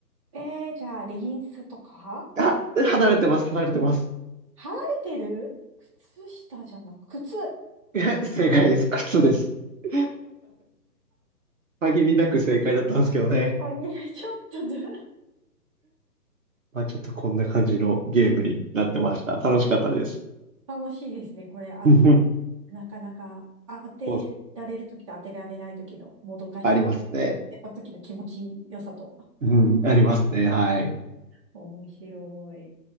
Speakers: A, on the right; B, on the right.
A: えー、じゃあ、レギンスとかん
B: あ、離れてます、離れてます。
A: 離れてる靴下じゃなく、靴
B: <laughs> え正解です。靴です。<laughs> 限りなく正解だったんですけどね。
A: 鍵、ちょっとで <laughs>
B: まあ、ちょっとこんな感じのゲームになってました。楽しかったです。
A: 楽しいですね。これ、あ、
B: <laughs>
A: なかなか当てられるときと当てられないときのもどかしさと、
B: そうありますね。
A: 当てたときの気持ちよさと。
B: うん、ありますね。はい。
A: 面白い。